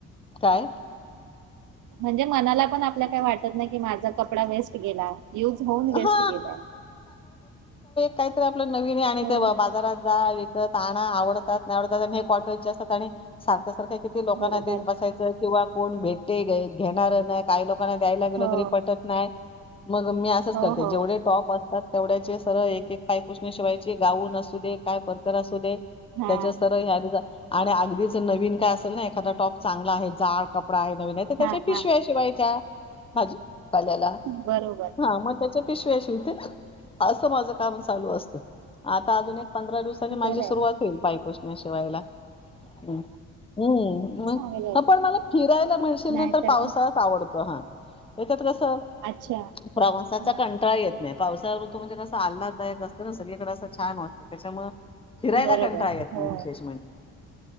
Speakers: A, on the left; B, on the right.
A: काय?
B: म्हणजे मनाला पण आपल्या काय वाटतं नाही की माझा कपडा वेस्ट गेला. युज होऊन वेस्ट
A: हा
B: गेलाय.
A: कायतर आपलं आपलं नवीन आणि
B: हो
A: ते बाजारात जा विकत आवडतात नाही आवडतात हे कॉटनचे असतात आणि सारखं सारखं लोकना
B: बरोबर
A: देत बसायचं किंवा कोण भेटते घेणार नाही काय लोक दुकान द्यायला गेलो
B: हो
A: तरी पटत नाही मग मी असं
B: हो हो
A: जेवढे टॉप त्यात तेवढ्याचे सरळ एक एक पाय पुसनी शिवायचे गाऊन असू दे काय ते परकर असू दे.
B: हा
A: त्याच्या तरळ ह्या. आणि अगदीच नवीन काय असेल ना एखादा टॉप चांगला आहे जाड कप प्राय नवीन आहे तर त्याच्या
B: हा
A: पिशव्या
B: हा
A: शिवायच्या. हाजी. आलेला
B: बरोबर
A: हा म त्याचे. पिशव्या शिवते असं माझं काम. चालू असत आता अजून एक पंधरा दिवसानी माझी
B: बरं
A: सुरुवात
B: आहे
A: होईल पायपुुसण्याशिवायला हम्म
B: चांगलंय
A: पण मला फिरायला मिळशील
B: नाहीतर
A: ना तर पावसाळच
B: का
A: आवडतो हा. त्याच्यात कस. कस
B: अच्छा
A: प्रवास.
B: हा
A: कंंटाळा येत नाही. पावसा ऋतू म्हणे कस आलाददायक असत. तर सगळीकडें असं छान वाटतं त्याच्यामुळ फिरायला
B: बरोबर
A: कंटाळा येत
B: हो
A: नाही विशेष म्हणजे.